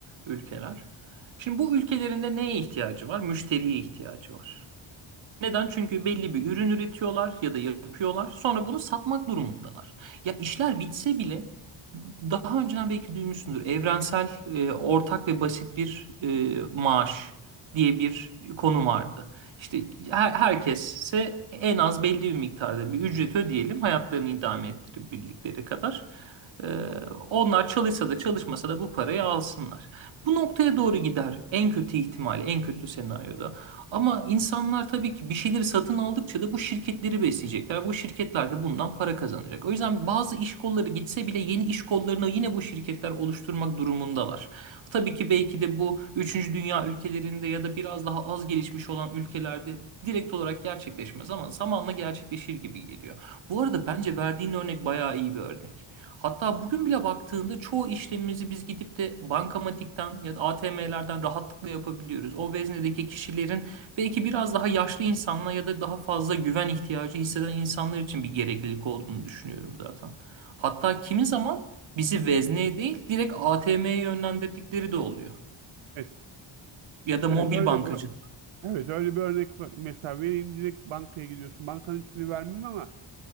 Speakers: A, on the right; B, on the right.
A: ülkeler. Şimdi bu ülkelerinde neye ihtiyacı var? Müşteriye ihtiyacı var. Neden? Çünkü belli bir ürün üretiyorlar ya da yapıyorlar. Sonra bunu satmak durumundalar. Ya işler bitse bile daha önceden belki duymuşsundur. Evrensel, e, ortak ve basit bir e, maaş diye bir konu vardı. İşte her, herkese en az belli bir miktarda bir ücret ödeyelim hayatlarını idame ettirebildikleri kadar. E, onlar çalışsa da çalışmasa da bu parayı alsınlar. Bu noktaya doğru gider en kötü ihtimalle, en kötü senaryoda. Ama insanlar tabii ki bir şeyleri satın aldıkça da bu şirketleri besleyecekler. Bu şirketler de bundan para kazanacak. O yüzden bazı iş kolları gitse bile yeni iş kollarını yine bu şirketler oluşturmak durumundalar. Tabii ki belki de bu üçüncü dünya ülkelerinde ya da biraz daha az gelişmiş olan ülkelerde direkt olarak gerçekleşmez ama zamanla gerçekleşir gibi geliyor. Bu arada bence verdiğin örnek bayağı iyi bir örnek. Hatta bugün bile baktığında çoğu işlemimizi biz gidip de bankamatikten ya da ATM'lerden rahatlıkla yapabiliyoruz. O veznedeki kişilerin belki biraz daha yaşlı insanlar ya da daha fazla güven ihtiyacı hisseden insanlar için bir gereklilik olduğunu düşünüyorum zaten. Hatta kimi zaman bizi vezneye değil direkt ATM'ye yönlendirdikleri de oluyor.
B: Evet.
A: Ya da
B: Evet
A: mobil
B: öyle
A: bankacılığa.
B: bir evet öyle bir örnek var. mesela vereyim direkt bankaya gidiyorsun. Bankanın ismini vermeyeyim ama